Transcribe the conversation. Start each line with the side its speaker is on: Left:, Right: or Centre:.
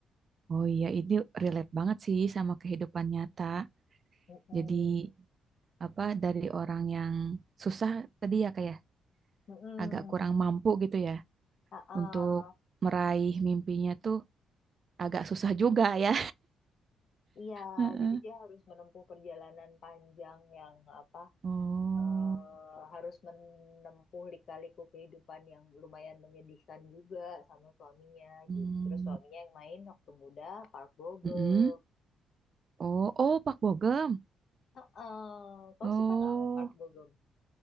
Right: oh iya ini relate banget sih sama kehidupan nyata.
Left: Mm-mm.
Right: Jadi apa dari orang yang susah tadi ya kayak
Left: Mm-mm.
Right: agak kurang mampu gitu ya
Left: Ah-ah.
Right: untuk meraih mimpinya tuh agak susah juga ya.
Left: Iya,
Right: <laughs> Heeh.
Left: jadi dia harus menempuh perjalanan panjang yang apa
Right: Oh.
Left: eh, harus menempuh lika-liku kehidupan yang lumayan menyedihkan juga sama suaminya
Right: Hmm.
Left: gitu. Terus suaminya yang main waktu muda Park Bo Gum.
Right: Mm-mm. Oh, oh Pak Bogem.
Left: Ah-ah. Kau
Right: Oh,
Left: suka nggak sama Park Bo Gum?